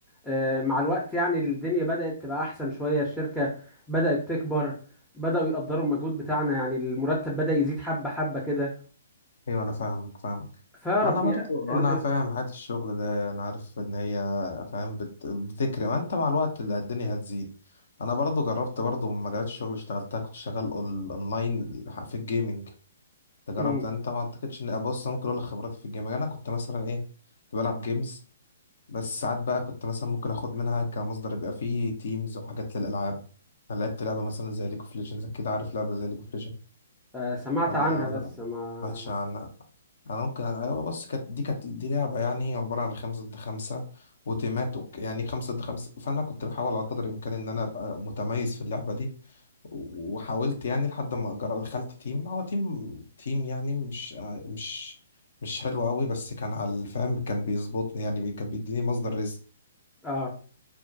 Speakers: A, in the centre; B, on the left.
A: آه، مع الوقت يعني الدنيا بدأت تبقى أحسن شوية الشركة بدأت تكبر بدأوا يقدروا المجهود بتاعنا يعني المرتب بدأ يزيد حبة حبة كده
B: ايوه انا فاهمك فاهم
A: فرب
B: انا برضو
A: يا- ال...
B: انا
A: ال...
B: فاهم حياة الشغل ده انا عارف ان هي فاهم بت... بتكرم ما انت مع الوقت اللي الدنيا هتزيد انا برضو جربت برضو من مجالات الشغل اللي اشتغلتها كنت شغال أون- اونلاين في الجيمنج انت
A: مم.
B: جربت انت ما اعتقدش ان بص انا ممكن اقول لك خبراتي في الجيمنج انا كنت مثلا ايه كنت بلعب جيمز بس ساعات بقى كنت مثلا ممكن اخد منها كمصدر يبقى فيه تيمز وحاجات للالعاب فلعبت لعبة مثلا زي ليج اوف ليجندز كده عارف لعبة زي ليج اوف ليجندز
A: آه، سمعت
B: ولا
A: عنها بس
B: ما
A: ما
B: سمعتش عنها انا ممكن ايوه بس كانت دي كانت دي لعبه يعني عباره عن خمسة ضد خمسة وتيمات وك- يعني خمسة ضد خمسة فانا كنت بحاول على قدر الامكان ان انا ابقى متميز في اللعبه دي و- وحاولت يعني لحد ما جر- دخلت تيم هو تيم تيم يعني مش مش مش حلو قوي بس كان على الفهم كان بيظبطني يعني بي كان بيديني مصدر رزق
A: آه